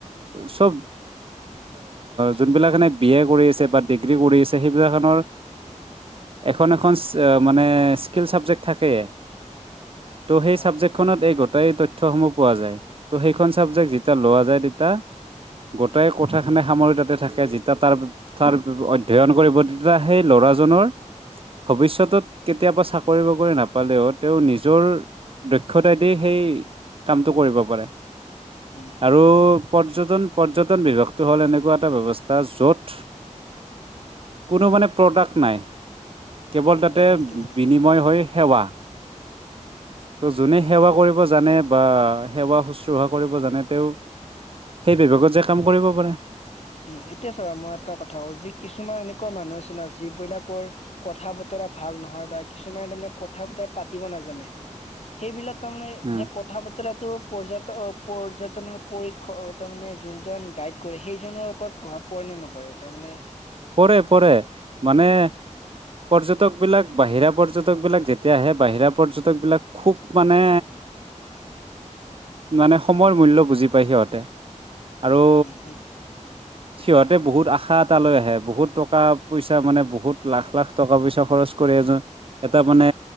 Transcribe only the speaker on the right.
চব যোনবিলাক এনে বি এ কৰি আছে বা ডিগ্ৰী কৰি আছে সেইবিলাকখনৰ এখন এখন মানে স্কিল চাবজেক্ট থাকেই। ত' সেই
চাবজেকখনত এই গোট গোটাই তথ্যসমূহ পোৱা যায় ত' সেইখন চাবজেক্ট যেতিয়া লোৱা যায় তেতিয়া গোটাই কথাখিনি সামৰি তাতে থাকে যেতিয়া তাৰ তাৰ অধ্যয়ন কৰিব তেতিয়া সেই ল'ৰাজনৰ ভৱিষ্যতত কেতিয়াবা চাকৰি বাকৰি নাপালেও তেওঁ নিজৰ দক্ষতা দি সেই কামটো কৰিব পাৰে।
আৰু
পৰ্যটন পৰ্যটন বিভাগটো হ'ল এনেকুৱা এটা ব্যৱস্থা য'ত কোনো মানে প্ৰডাক্ট নাই। কেৱল তাতে
বিনিময় হয়। সেৱা ত' যোনে সেৱা কৰিব জানে বা সেৱা শুশ্ৰূষা কৰিব জানে তেওঁ সেই বিভাগত যে কাম কৰিব পাৰে।
উম,
পৰে পৰে মানে পৰ্যটক বিলাক বাহিৰা পৰ্যটক বিলাক যেতিয়া আহে বাহিৰা পৰ্যটক বিলাক খুব মানে। মানে সময়ৰ মূল্য বুজি পায় সিহঁতে। আৰু
সিহঁতে বহুত আশা এটা লৈ আহে বহুত টকা পইচা মানে বহুত লাখ লাখ টকা পইচা খৰচ কৰি এজন এটা মানে